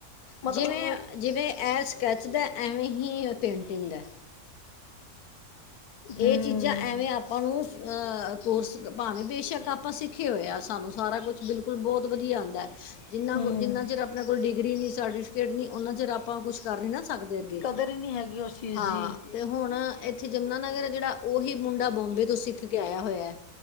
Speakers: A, on the left; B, on the left.
A: ਮਤਲਬ
B: ਜਿਵੇਂ ਜਿਵੇਂ ਇਹ ਸਕੈੱਚ ਦਾ ਐਵੇਂ ਹੀ ਪੇਂਟਿੰਗ ਦਾ।
A: ਹੂੰ
B: ਇਹ ਚੀਜ਼ਾਂ ਜਾਂ ਐਵੇਂ ਆਪਾਂ ਨੂੰ ਕੋਰਸ, ਭਾਵੇਂ ਬੇਸ਼ੱਕ ਆਪਾਂ ਸਿੱਖੇ ਹੋਏ ਆ, ਸਾਨੂੰ ਸਾਰਾ ਕੁਛ ਬਿਲਕੁਲ ਔ ਬਹੁਤ ਵਧੀਆ ਆਉਂਦਾ ਹੈ। ਜਿੰਨਾਂ
A: ਹੂੰ
B: ਕੋਲ ਜਿੰਨਾ ਚਿਰ ਆਪਣੇ ਕੋਲ ਡਿਗਰੀ ਨਹੀਂ, ਸਰਟੀਫਿਕੇਟ ਨਹੀਂ, ਉਹਨਾਂ ਚਿਰ ਆਪਾਂ ਕੁਛ ਕਰ ਰਹੇ ਨਾ ਥੱਕ ਦੇ ਅੱਗੇ
A: ਕਦਰ ਹੀ ਨਹੀਂ ਹੈਗੀ ਉਸ ਚੀਜ਼
B: ਹਾਂ।
A: ਦੀ
B: ਤੇ ਹੁਣ ਇੱਥੇ ਯਮੁਨਾ ਨਗਰ ਜਿਹੜਾ, ਉਹੀ ਮੁੰਡਾ ਬੋਂਬੇ ਤੋਂ ਸਿੱਖ ਕੇ ਆਇਆ ਹੋਇਆ ਹੈ।